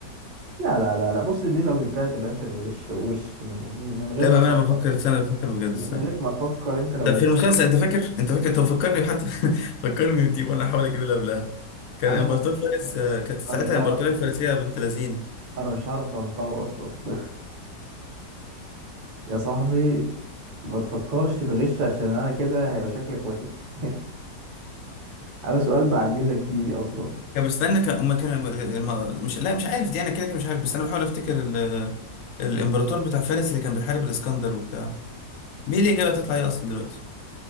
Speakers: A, on the right (about 60°); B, on the left (about 70°).
A: لا لا لا لا بص دي لو جبتها تبقى انت بتغش وش من, من غير
B: لا
A: مفكر
B: بقى ما انا بفكر استنى بفكر بجد
A: من
B: استنى
A: غير ما افكر انت لو
B: طب
A: جبتها
B: في المسلسل انت فاكر انت فاكر طب فكرني حتى <laughs> فكرني بدي وانا احاول اجيب اللي قبلها كان
A: يا عم
B: امبراطور
A: انا مش
B: فارس آه، كانت ساعتها
A: انا مش
B: الامبراطوريه
A: هعرف
B: الفارسيه بنت لذينه
A: انا مش هعرف انطوي اصلا <laughs> يا صاحبي ما تفكرش تغش عشان انا كده هيبقى شكلك وحش <laughs> على سؤال بعجزك بيه اصلا
B: كان بستنى كان أما كان الم- مش لا مش عارف دي انا كده كده مش عارف بس انا بحاول افتكر ال- الامبراطور بتاع فارس اللي كان بيحارب الاسكندر وبتاع مين الإجابة هتطلع إيه أصلا دلوقتي؟